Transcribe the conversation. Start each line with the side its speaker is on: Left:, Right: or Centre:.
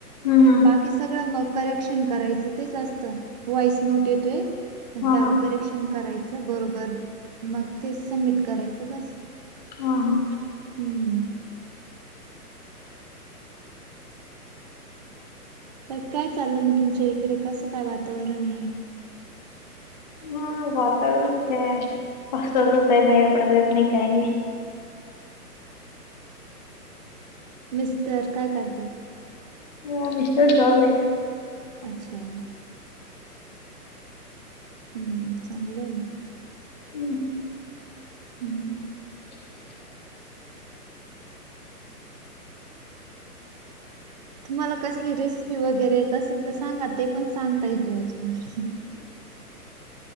Left: हम्म
Right: बाकी सगळ म करेक्शन करायच तेच असत. व्हॉईस नोट येतोय. मग
Left: हा
Right: त्यावर
Left: हा
Right: करेक्शन करायच बरोबर. मग ते सबमिट करायच बस.
Left: हा हा
Right: हम्म बाकी काय चालल मग तुमच्या इकडे कस काय वातावरण आहे.
Left: हा वातावरण काय, पाऊसाच काय बाहेर पडता येत नाही काय नाही.
Right: मिस्टर काय करतात.
Left: म मिस्टर जॉबला आहेत.
Right: अच्छा हम्म, चांगलय मग.
Left: हम्म
Right: हम्म
Left: <inaudible>
Right: तुम्हाला कसली रेसिपी वगैरे येत असेल तर सांगा. ते पण सांगता येत याच्यात. <unintelligible>